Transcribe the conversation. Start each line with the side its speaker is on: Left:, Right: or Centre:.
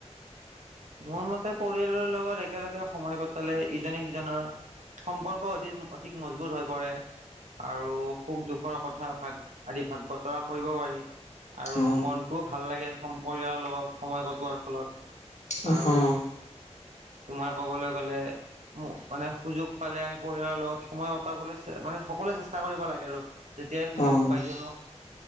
Right: মোৰ মতে পৰিয়ালৰ লগত একেলগে সময় কটালে ইজনে সিজনৰ। সম্পৰ্ক অধিৰ অধিক মজবুত হৈ পৰে। আৰু সুখ দুখৰ কথা ভাগ আদি ভাগ বতৰা কৰিব পাৰি। আৰু
Left: অ',
Right: মনটোও ভাল লাগে হম পৰিয়ালৰ লগত সময় কটোৱাৰ ফলত।
Left: অ',
Right: আৰু তোমাৰ কবলৈ গলে মানে সুযোগ পালে পৰিয়ালৰ লগত সময় কটাব চেবাত। সকলোৱে চেষ্টা কৰিব লাগে আৰু যেতিয়াই সুযোগ
Left: অ',
Right: পায় কিয়নো।